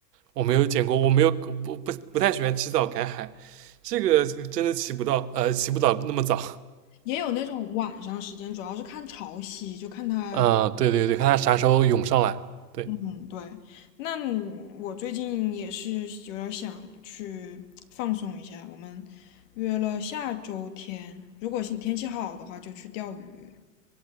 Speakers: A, on the right (about 70°); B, on the left (about 50°).
A: 我没有见过，我没有不不不太喜欢起早赶海，这个这个真的起不到，呃，起不到那么早。
B: 也有那种晚上时间，主要是看潮汐，就看它。
A: 嗯，对对对，看他啥时候涌上来。对，
B: 嗯，对，那你我最近也是有点儿想去放松一下。我们约了下周天，如果是天气好的话，就去钓鱼。